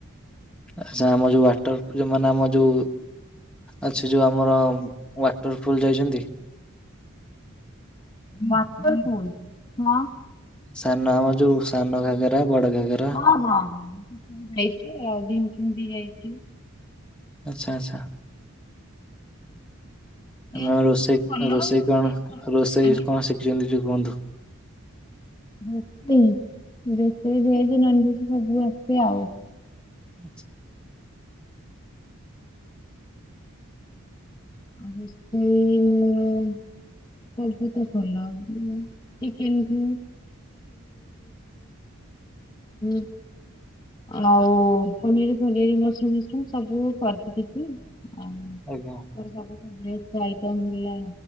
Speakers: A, in the centre; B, on the left.
A: ଆଚ୍ଛା ଆମ ଯୋଉ ୱାଟର ମାନେ ଆମ ଯୋଉ ଆଚ୍ଛା ଯୋଉ ଆମର ୱାଟରଫଲ୍ ଯାଇଛନ୍ତି?
B: ୱାଟରପୁଲ୍ ହଁ
A: ସାନ ଆମ ଯୋଉ ସାନ ଘାଗରା ବଡ ଘାଗରା।
B: ଅ ହଁ ହଁ ଯାଇଚି ଆଉ ବିମ୍ ଫିମ୍ ବି ଯାଇଛି।
A: ଆଚ୍ଛା ଆଚ୍ଛା।
B: ଭେଜ୍
A: ଆମ ରୋଷେଇ
B: ତ ସବୁ ଭଲ
A: ରୋଷେଇ କଣ
B: ଏ ସ-
A: ରୋଷେଇ
B: ଆଜ୍ଞା
A: କଣ ଶିଖିଛନ୍ତି ଯୋଉ କୁହନ୍ତୁ?
B: ରୋଷେଇ ରୋଷେଇ ଭେଜ, ନନଭେଜ୍ ସବୁ ଆସେ ଆଉ।
A: ଆଚ୍ଛା।
B: ରୋଷେଇ ସବୁତ କଲ ଚିକେନକୁ <unintelligible> ଆଉ ପନିଆରି ଫନିଆରି ମସରୁମ୍ ଫସରୁମ୍ ସବୁ କରିଛି କିଛି। ଆଉ।
A: ଆଜ୍ଞା।
B: ସବୁ ଭେଜ୍ ଆଇଟମ ହେଲା